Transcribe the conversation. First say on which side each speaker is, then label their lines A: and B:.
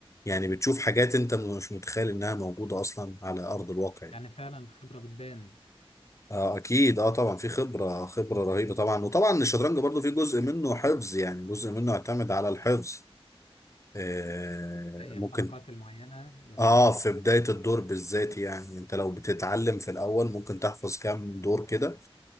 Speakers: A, on the left (about 30°); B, on the left (about 80°).
A: يعني بتشوف حاجات انت مش متخيل انها موجودة اصلا على ارض الواقع يعني.
B: يعني فعلا الخبرة بتبان
A: اه اكيد اه طبعا في خبره خبره رهيبه طبعا وطبعا الشطرنج برضو في جزء منه حفظ يعني جزء منه يعتمد على الحفظ آه
B: زي
A: ممكن
B: الحركات المعينة وال
A: اه في بدايه الدور بالذات يعني انت لو بتتعلم في الاول ممكن تحفظ كام دور كده